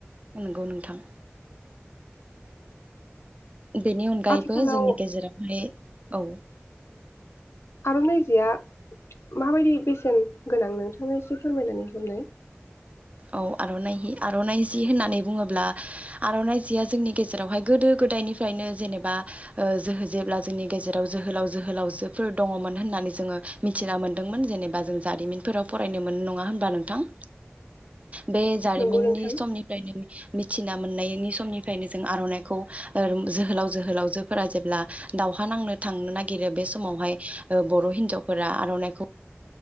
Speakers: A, on the right; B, on the left.
A: नंगौ नोंथां। बेनि अनगायैबो
B: आथिखालाव
A: जोंनि गेजेरावहाय औ
B: आर'नाइजेआ माबायदि बेसेन गोनां नोंथाङा एसे फोरमायनानै हरनाय
A: औ आर'नाइ हि आर'नाइ जि होननानै बुङोब्ला आर'नाइ जिया जोंनि गेजेरावहाय गोदो गोदायनिफ्रायनो जेनेबा ओ जोहो जेब्ला जोंनि गेजेराव जोहोलाव जोहोलावजोफोर दङमोन होननानै जोङो मिथिना मोन्दोंमोन जेनेबा जों जारिमिनफोराव फरायनो मोन नङा होनबा नोंथां बे जारिमिननि
B: नंगौ नोंथां
A: समनिफ्रायनो मिथि सिना मोननायनि समनिफ्रायनो जों आर'नाइखौ ओ जोहोलाव जोहोलावजोफोरा जेब्ला दावहा नांनो थांनो नागिरो बे समावहाय ओ बर' हिनजावफोरा आर'नाइखौ